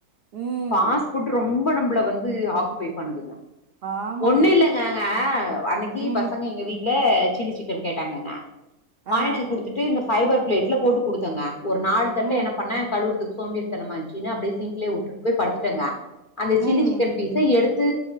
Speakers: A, on the right; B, on the left.
A: ம்
B: ஃபாஸ் ஃபுட்டு ரொம்ப நம்மள வந்து ஆக்குபை பண்ணுதுங்க
A: ஆமாங்க
B: ஒண்ணு இல்லங்க <unintelligible> அன்னைக்கி
A: ம்
B: பசங்க எங்க வீட்டுல சில்லி சிக்கன் கேட்டாங்கங்க வாங்கின்
A: ஆ
B: வந்து குடுத் துட்டு இந்த பைபர் பிளேட்ல போட்டு குடுத்தங்க ஒரு நாலு தட்ட
A: ம்
B: எனப் பண்ணே கழுவறத்துக்கு சோம்பேரித்தனமா இருச்சுனு அப்டியே சீங்கலே விட்டு போய் படுதுட்டாங்க அந்த
A: ம்
B: சில்லி சிக்கன் பிசா எடுத்து